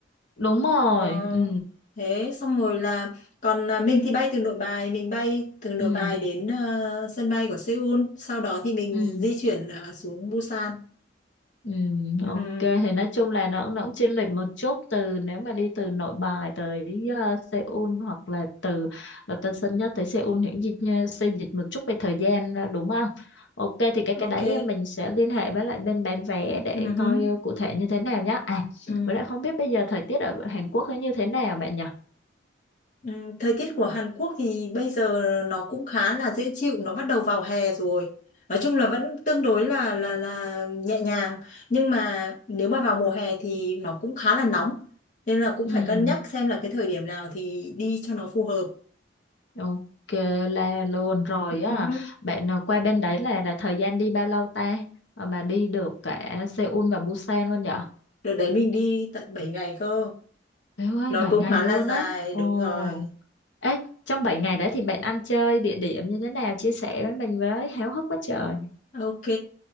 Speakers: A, on the left; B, on the left.
A: đúng rồi.
B: Ờ,
A: Ừ,
B: thế xong rồi là còn à, mình thì bay từ Nội Bài mình bay từ Nội
A: ừ,
B: Bài đến ờ, sân bay của Seoul sau đó thì mình
A: ừ.
B: di chuyển ờ, xuống Busan
A: Ừ,
B: Ừ
A: ok
B: hừ,
A: thì nói chung là nó nó cũng chênh lệch một chút từ nếu mà đi từ Nội Bài tới ờ, Seoul hoặc là từ ờ, Tân Sơn Nhất tới Seoul những gì xe dịch một chút về thời gian ờ, đúng không? Ok thì cái
B: ok
A: cái đấy mình sẽ liên hệ với lại bên bán vé để
B: Ừ
A: coi
B: hừ,
A: ờ, cụ thể như thế nào nhá. À
B: ừ.
A: với lại không biết bây giờ thời tiết ở Hàn Quốc nó như thế nào bạn nhỉ?
B: Ừ, Thời tiết của Hàn Quốc thì bây giờ nó cũng khá là dễ chịu nó bắt đầu vào hè rồi nói chung là vẫn tương đối là là là nhẹ nhàng nhưng mà nếu mà vào mùa hè thì nó cũng khá là nóng nên là cũng
A: Ừ,
B: phải cân nhắc xem là cái thời điểm nào thì đi cho nó phù hợp
A: ok là luôn rồi
B: Ừ
A: á.
B: hứ.
A: Bạn ờ, qua bên đấy là là thời gian đi bao lâu ta? Ờ, Mà đi được cả Seoul và Busan luôn nhỉ?
B: Đợt đấy mình đi tận 7 ngày cơ.
A: Bé ơi,
B: Nó
A: 7
B: cũng
A: ngày
B: khá
A: luôn
B: là dài,
A: á. Ồ.
B: đúng rồi.
A: Ê, trong 7 ngày đấy thì bạn ăn chơi địa điểm như thế nào chia sẻ với mình với háo hức quá trời.
B: Ok.